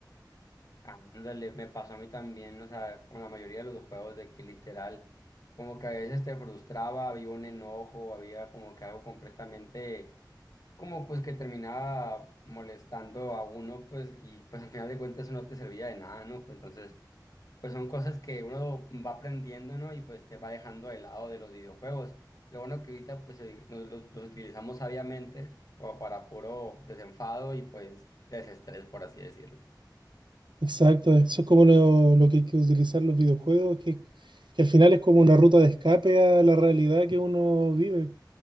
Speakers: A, on the left (about 50°); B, on the right (about 85°).
A: Ándale, me pasó a mí también, o sea, con la mayoría de los juegos de que literal, como que a veces te frustraba, había un enojo, había como que algo completamente, como pues que terminaba molestando a uno, pues, y pues al final de cuentas eso no te servía de nada, ¿no? Pues entonces, pues son cosas que uno va aprendiendo, ¿no? Y pues te va dejando de lado de los videojuegos. Lo bueno que ahorita pues eh, nos- los, los utilizamos sabiamente como para puro desenfado y pues desestrés, por así decirlo.
B: Exacto, eso es como lo, lo que hay que utilizar los videojuegos, que, que al final es como una ruta de escape a la realidad que uno vive.